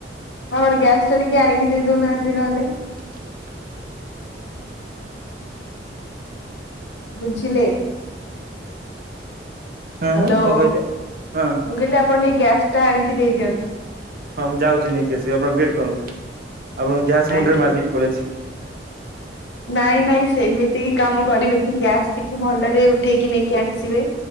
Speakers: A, on the left; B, on the right.
A: ଆପଣ ଗ୍ୟାସ ଟ ଟିକେ ଆଣିକି ଦେଇ ଦଉନାହାନ୍ତି ନହେଲେ।
B: <unintelligible>
A: ବୁଝିଲେ। ହ୍ୟାଲୋ
B: ହଁ ହଁ କଣ
A: ମୁଁ
B: କହିଲେ ହଁ
A: କହିଲି ଆପଣ ଟିକେ ଗ୍ୟାସ୍ ଟା ଆଣିକି ଦେଇଦିଅନ୍ତୁ?
B: ହଁ ମୁଁ ଯାଉଛି ନେଇକି ଆସିବି ଆପଣ ବେଟ କରନ୍ତୁ ଆପଣଙ୍କୁ ଗ୍ୟାସ ମୁଣ୍ଡ
A: ଆଜ୍ଞା
B: ରେ ମାରି ଦେଇକି ପଳେଇ ଆସିବି।
A: ନାଇଁ ନାଇଁ ସେମିତି କି କାମ କରିବେନି ଗ୍ୟାସଟିକୁ ଭଲରେ ଉଠେଇକି ନେଇକି ଆସିବେ।